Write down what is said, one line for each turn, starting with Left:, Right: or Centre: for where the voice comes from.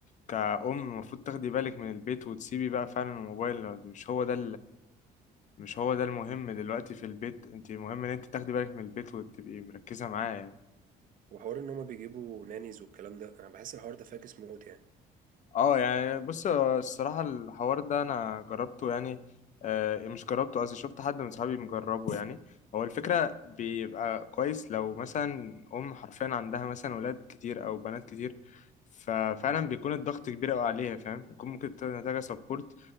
Left: كأم المفروض تاخدي بالك من البيت وتسيبي بقى فعلا الموبايل مش هو ده مش هو ده المهم دلوقتي في البيت انت المهم ان انت تاخدي بالك من البيت وتبقي مركزة معاه يعني
Right: وحوار ان هما بيجيبوا نانيز والكلام ده انا بحس الحوار ده فاكس موت يعني
Left: اه يعني بص الصراحة الحوار ده انا جربته يعني آه مش جربته قصدي شفت حد من صحابي مجربه يعني هو الفكرة بيبقى كويس لو مثلا ام حرفيا عندها مثلا ولاد كتير او بنات كتير ففعلا بيكون الضغط كبير قوي عليها فاهم بيكون ممكن تكون محتاجة سبورت